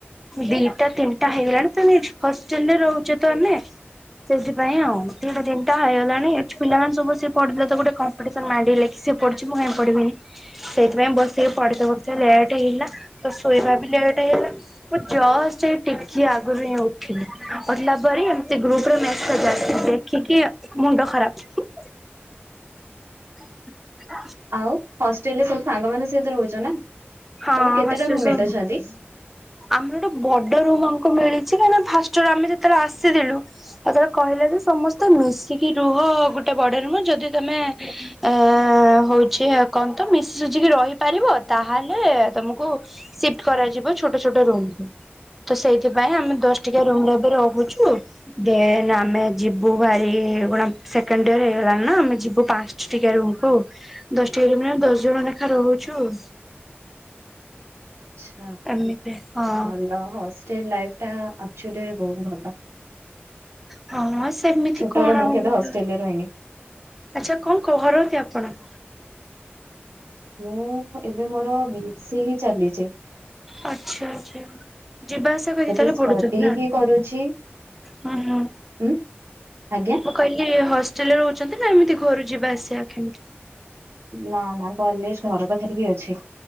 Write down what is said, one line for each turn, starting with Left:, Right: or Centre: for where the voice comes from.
Centre: ଦିଟା ତିନିଟା ହେଇଗଲାଣି ତ ହଷ୍ଟେଲରେ ରହୁଚୁ ତ ଆମେ। ସେଥିପାଇଁ ଆଉ। ଦିଟା ତିନିଟା ହେଇଗଲାଣି ପିଲାମାନେ ସବୁ ସିଏ ପଢିଲେ ତ ଗୋଟେ କ କମ୍ପିଟିସନ୍ ମାଇଣ୍ଡ ହେଲେ କି ସେ ପଢୁଚି ମୁଁ କାଇଁ ପଢିବିନି। ସେଇଥିପାଇଁ ବସିକି ପଢ଼ୁତେ ପଢ଼ୁତେ ଲେଟ୍ ହେଇଗଲା। ତ ଶୋଇବା ବି ଲେଟ୍ ହେଇଗଲା। ମୁଁ ଜଷ୍ଟ ଏଇ ଟିକେ ଆଗରୁ ହିଁ ଉଠିଲି। ଉଠିଲା ପରେ ଏମତି ଗ୍ରୁପରେ ମେସେଜ୍ ଆସିଚି ଦେଖିକି ମୁଣ୍ଡ ଖରାପ। <inaudible>
Right: ଆଉ ହଷ୍ଟେଲ ରେ ସବୁ ସାଙ୍ଗ ମାନଙ୍କ ସହିତ ରହୁଚ ନା?
Centre: ହଁ
Right: ତମର କେତେଟା
Centre: ହଷ୍ଟେଲ
Right: ରୁମମେଟ
Centre: ସ
Right: ଅଛନ୍ତି
Centre: ଆମର ଗୋଟେ ବଡ ରୁମ୍ ଆମକୁ ମିଳିଚି କାହିଁକି ଫାଷ୍ଟଇଅର ଆମେ ଯେତେବେଳେ ଆସିଥିଲୁ ଆଉ ତରେ କହିଲେ ଯେ ସମସ୍ତେ ମିଶିକି ରୁହ ଗୋଟେ ବଡ ରୁମ୍ ଯଦି ତମେ ଏ ହଉଚି କଣ ତ ମିଶିକି ସୁଜିକି ରହିପାରିବ ତାହେଲେ ଲେ ତମକୁ ସିଫ୍ଟ କରାଯିବ ଛୋଟ ଛୋଟ ରୁମକୁ। ତ ସେଇଥିପାଇଁ ଆମେ ଦଶ ଟିକିଆ ରୁମ୍ ରେ ଏବେ ରହୁଚୁ। ଦେନ୍ ଆମେ ଯିବୁ ଭାରି କଣ ସେକେଣ୍ଡ ଇୟର ହେଇଗଲାଣି ନା, ଆମେ ଯିବୁ ପା ଞ୍ଚ ଟିକିଆ ରୁମ୍ କୁ। ଦଶ ଟିକିଆ ରୁମ୍ ରେ ଆମେ ଦଶ ଜଣ ଲେଖା ରହୁଚୁ।
Right: ଆଚ୍ଛା।
Centre: ଏମିତି ହଁ।
Right: ଭଲ ହଷ୍ଟେଲ୍ ଲାଇଫ୍ ଟା ଆକଚୁଆଲି ରେ ବହୁତ୍ ଭଲ।
Centre: ହଁ ସେମିତି
Right: ଛୋଟବେଳେ
Centre: କଣ
Right: ମୁଁ
Centre: ଆଉ
Right: କେବେ
Centre: ଭଲ।
Right: ହଷ୍ଟେଲରେ ରହିନି
Centre: ଆଚ୍ଛା କଣ କରନ୍ତି ଆପଣ?
Right: ମୁଁ ଏବେ ମୋର ବି ଏ ସି ଚାଲିଚି।
Centre: ଆଚ୍ଛା ଆଚ୍ଛା। ଯିବା ଆସିବା କରିକି
Right: ଏବେ
Centre: ତାହେଲେ
Right: ଷ୍ଟଡି
Centre: ପଢୁଚ ନା?
Right: ହିଁ କରୁଛି
Centre: ହୁଁ ହୁଁ
Right: ଉଁ ଆଜ୍ଞା?
Centre: ମୁଁ କହିଲି ହଷ୍ଟେଲରେ ରହୁଛନ୍ତି ନା ଏମିତି ଘରୁ ଯିବା ଆସିବା କେମିତି?
Right: ନା ନା କଲେଜ୍ ଘର ପାଖରେ ହିଁ ଅଛି।